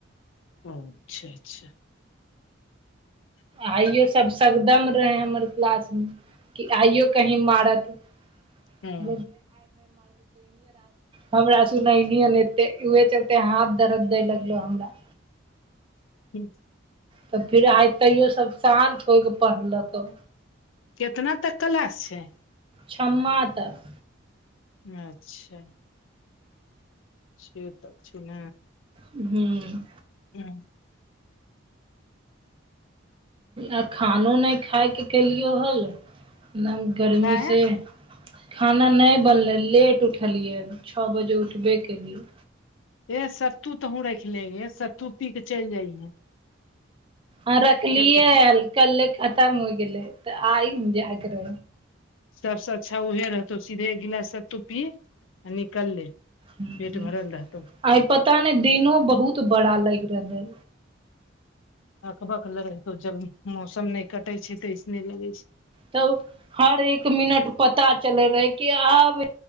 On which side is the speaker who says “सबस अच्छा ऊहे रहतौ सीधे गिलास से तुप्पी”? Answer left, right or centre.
Left